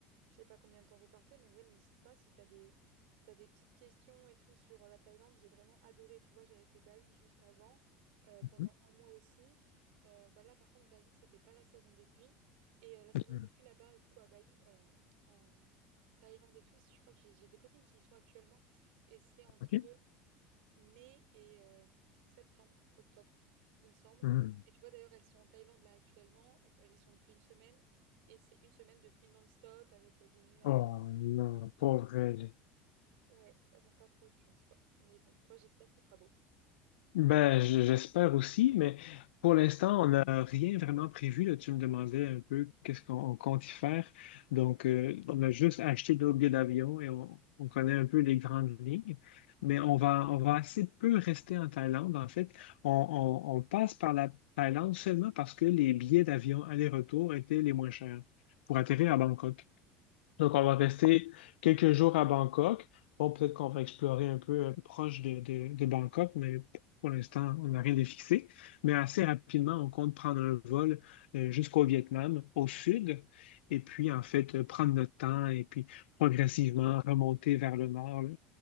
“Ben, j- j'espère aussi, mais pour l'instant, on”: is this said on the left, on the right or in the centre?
Left